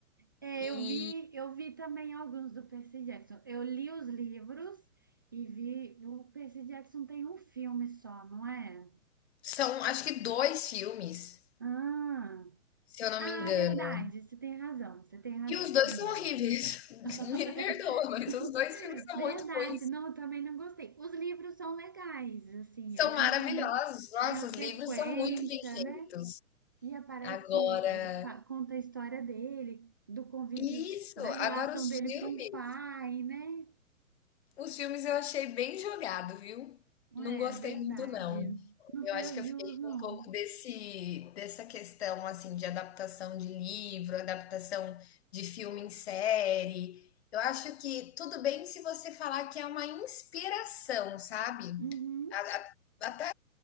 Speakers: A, on the right; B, on the left.
A: é,
B: E
A: eu vi, eu vi também alguns do Percy Jackson. Eu li os livros e vi. O Percy Jackson tem um filme só, não é?
B: são, acho que dois filmes,
A: Ah,
B: se eu não
A: ah,
B: me engano.
A: verdade. Você tem razão. Você tem razão.
B: E os dois
A: São
B: são
A: dois.
B: horríveis. <laughs>
A: <laughs>
B: Me perdoa, mas os dois filmes são
A: Verdade,
B: muito ruins.
A: não, eu também não gostei. Os livros são legais, assim,
B: São
A: eu lembro
B: maravilhosos.
A: que é umas,
B: Nossa,
A: tem a sequência,
B: os livros são muito bem feitos.
A: né? E aparece,
B: Agora
A: eu fa- conta a história dele, do convívio,
B: isso,
A: da relação
B: agora os
A: dele
B: filmes
A: com o pai, né?
B: os filmes eu achei bem jogado, viu. Não
A: É
B: gostei
A: verdade.
B: muito não.
A: Não
B: Eu
A: fez
B: acho que eu
A: jus,
B: fiquei
A: não.
B: com um pouco desse dessa questão, assim, de adaptação de livro, adaptação de filme em série. Eu acho que tudo bem se você falar que é uma inspiração, sabe.
A: Uhum.
B: A a até